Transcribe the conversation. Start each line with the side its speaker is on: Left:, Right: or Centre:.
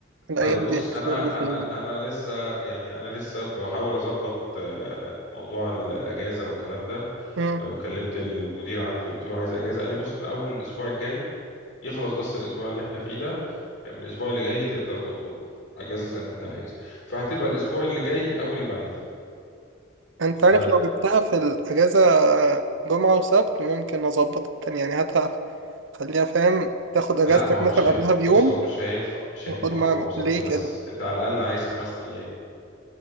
Right: الأيام
Left: طيب بص
Right: دي الشغل
Left: انا
Right: في
Left: انا
Right: ال...
Left: انا لسه يعني انا لسه بحاول اظبط آه، موضوع ال- الاجازه والكلام ده
Right: مم.
Left: آه، وكلمت المدير عندي قلت له عايز اجازه قال لي بص من اول الاسبوع الجاي يخلص بس الاسبوع اللي احنا فيه ده آه، من الاسبوع اللي جاي تقدر تطلب اجازه زي ما انت عايز فهتبقى الاسبوع اللي جاي او اللي بعديه
Right: أنت
Left: ف
Right: عارف لو جبتها في الأجازة جمعة وسبت ممكن أظبط الدنيا يعني هاتها خليها فاهم تاخد اجازتك
Left: لا ما هو
Right: مثلا
Left: مش هي...
Right: قبلها بيوم
Left: بص هو مش هينفع مش
Right: وخد
Left: هينفع
Right: ما
Left: جمعة وسبت
Right: ليه
Left: بس
Right: كده
Left: انت على الأقل عايز خمس أيام